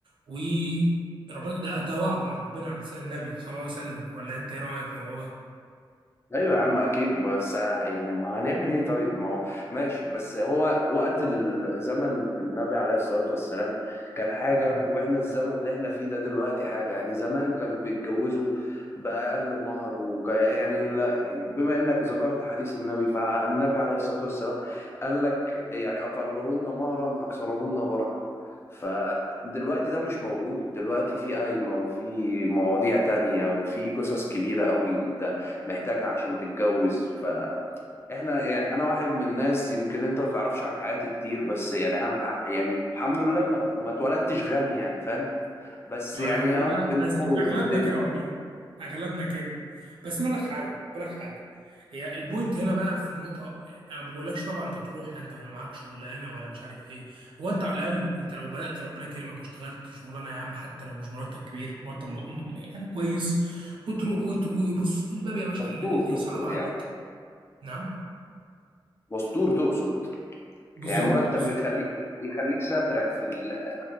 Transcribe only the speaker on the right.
و ربنا ده ده وعد من ربنا على لسان النبي صلى الله عليه وسلم ولا انت ايه رايك في الموضوع
ده؟
ما
انا والله
أنا
ز- اغلبنا
كده والله اغلبنا كده بس انا اقول لك حاجه اقول لك حاجه هي البوينت هنا بقى في النقطه انا ما بقولكش طبعا انت تروح لا انت معاك شغلانه ولا مش عارف ايه هو انت على الاقل انت لو بدات ربنا يكرمك واشتغلت شغلانه يا عم حتى لو مش مرتب كبير مرتب م- م- يعني كويس وتروح وت- وبص الباب يا باشا
اللي اللي
صعب عليك
نعم
بالظبط